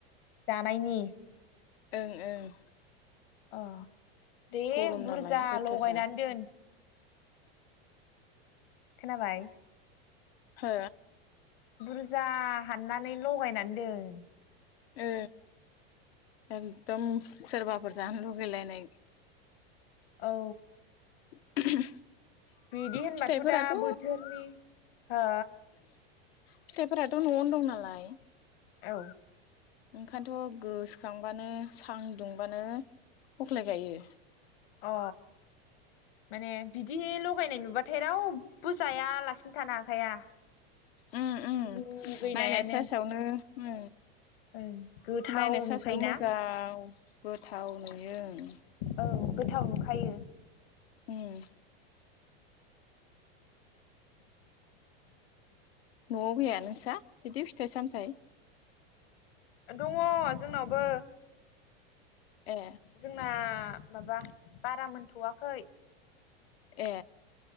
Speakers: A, on the left (about 65°); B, on the left (about 80°).
A: नायनि
B: ओं ओं
A: अ दे
B: गरम
A: बुरजा
B: नालाय अयथासार
A: लगायनानै दोन खोनाबाय
B: हो
A: बुरजा हाननानै लगायनानै दोन
B: ओ एकदम सोरबाफोर जानो लुगैलायनाय
A: औ
B: <unintelligible>
A: बिदि होनबाथ'
B: फिथाइफोराथ'
A: दा बोथोरनि हो
B: फिथाइफोराथ' न'आवनो दं नालाय
A: औ
B: ओंखायनोथ' गोसोखांबानो सांदुंबानो हख्लाय खायो
A: अ माने बिदि लगायनाय नुबा थाय रावबो जायालासिनो थानो हाखाया
B: उम उम
A: लुगैनायानो
B: नायनाय साय्सावनो उम
A: ओं गोथाव
B: नायनाय साय्सावनो
A: नुखायोना
B: मोजां गोथाव नुयो ओं
A: औ गोथाव नुखायो
B: उम न'आव गैया नोंसा बिदि फिथाइ सामथाइ?
A: दङ' जोंनावबो
B: ए
A: जोंना मा माबा बारा मोनथ'आखै
B: ए